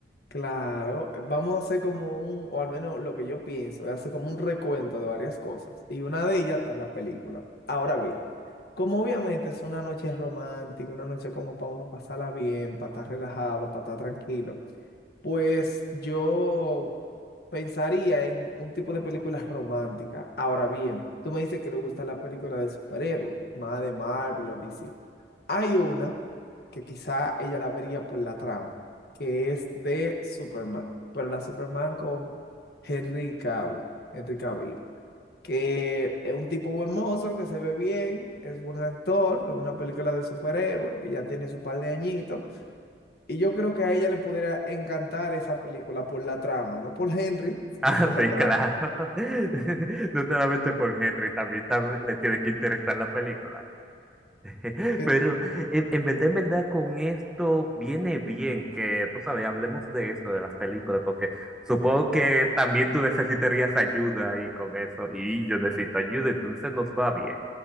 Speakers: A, on the left; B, in the centre.
A: Claro, vamos a hacer como un, o al menos lo que yo pienso, es hacer como un recuento de varias cosas. Y una de ellas está en la película. Ahora bien, como obviamente es una noche romántica, una noche como para uno pasarla bien, para estar relajado, para estar tranquilo. Pues yo pensaría en un tipo de película romántica. Ahora bien, tú me dices que le gusta la película de superhéroes, más de Marvel o DC. Hay una que quizá ella la vería por la trama, que es de Superman, pero la Superman con Henry Cavill, Henry Cavill, que es un tipo buen mozo, que se ve bien, es buen actor, es una película de superhéroes, que ya tiene su par de añitos y yo creo que a ella le pudiera encantar esa película por la trama, no por Henry, sino
B: Ah,
A: por la
B: sí,
A: trama.
B: claro. <laughs> No solamente por Henry, también, tam- le tiene que interesar la película. <laughs>
A: Eh,
B: Pero en, en verdad, en verdad, con esto viene bien que, tú sabes, hablemos de esto, de las películas, porque supongo que también tú necesitarías ayuda ahí con eso, y yo necesito ayuda, entonces nos va bien.